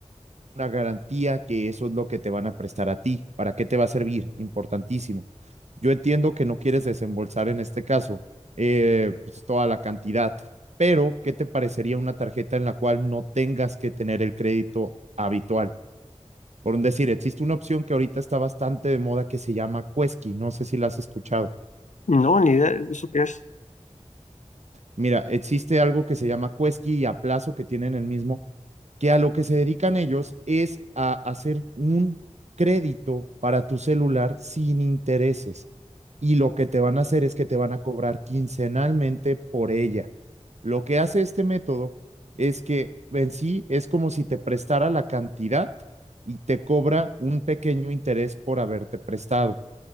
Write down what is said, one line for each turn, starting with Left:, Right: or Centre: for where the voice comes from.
Right: una garantía que eso es lo que te van a prestar a ti. ¿Para qué te va a servir? Importantísimo. Yo entiendo que no quieres desembolsar en este caso eh, pues, toda la cantidad, pero ¿qué te parecería una tarjeta en la cual no tengas que tener el crédito habitual? Por un decir, existe una opción que ahorita está bastante de moda que se llama Quesky, no sé si la has escuchado.
Left: No, ni idea de eso qué es.
Right: Mira, existe algo que se llama Quesky y Aplazo que tienen el mismo, que a lo que se dedican ellos es a hacer un crédito para tu celular sin intereses. Y lo que te van a hacer es que te van a cobrar quincenalmente por ella. Lo que hace este método es que en sí es como si te prestara la cantidad y te cobra un pequeño interés por haberte prestado.